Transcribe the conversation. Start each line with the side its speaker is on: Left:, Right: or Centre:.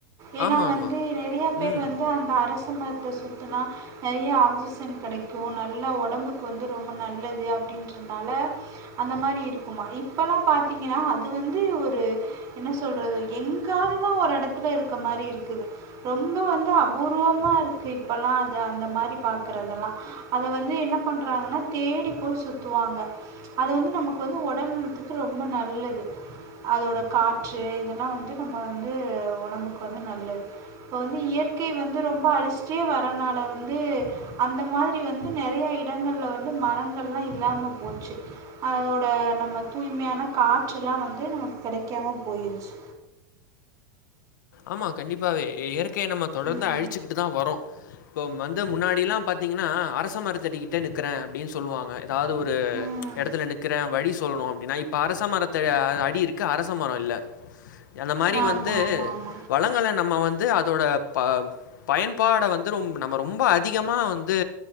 Right: ஏனா
Left: ஆமா, ஆமா.
Right: வந்து நெறையா பேர்
Left: ம்.
Right: வந்து அந்த அரசமத்த சுத்தனா நெறைய ஆக்சிஜன் கெடைக்கு நல்ல உடம்புக்கு வந்து ரொம்ப நல்லது அப்டின்றத்னால அந்த மாரி இருக்குமா இப்பல்லா பாத்தீங்கன்னா அது வந்து ஒரு என்ன சொல்றது எங்காவதுதா ஒரு எடத்துல இருக்க மாரி இருக்குது ரொம்ப வந்து அபூர்வமா இருக்கு இப்பல்லா அது அந்த மாரி பாக்கறதெல்லா அத வந்து என்ன பண்றாங்கன்னா தேடி போய் சுத்துவாங்க அது வந்து நமக்கு வந்து உடல் நலத்துக்கு ரொம்ப நல்லது அதோட காற்று இதெல்லா வந்து நம்ம வந்து உடம்புக்கு வந்து நல்லது இப்ப வந்து இயற்கை வந்து ரொம்ப அழிச்சிட்டே வரனால வந்து அந்த மாரி வந்து நெறைய இடங்கள்ல வந்து மரங்கள்லா இல்லாம போச்சு அதோட நம்ம தூய்மையான காற்றேல்லா வந்து நமக்கு கெடைக்காம போயிருச்சு
Left: ஆமா கண்டிப்பாவே இயற்கைய நம்ம தொடர்ந்து
Right: ம்
Left: அழிச்சுக்கிட்டுதா வரோ இப்போ வந்து முன்னாடியெல்லா பாத்தீங்கன்னா அரச மரத்தடிகிட்டே நிக்கிற‌ அப்டின் சொல்லுவாங்க அதாவது ஒரு
Right: ம்
Left: எடத்துல நிக்கறே வழி சொல்லணு அப்டின்னா இப்ப அரச மரத்த அடி இருக்கு அரச மரோ இல்ல அந்த மாரி
Right: ஆமாம்
Left: வந்து
Right: ஆமாம்
Left: வளங்கல நம்ம வந்து அதோட ப பயன்பாட வந்து ரொ நம்ம ரொம்ப அதிகமா வந்து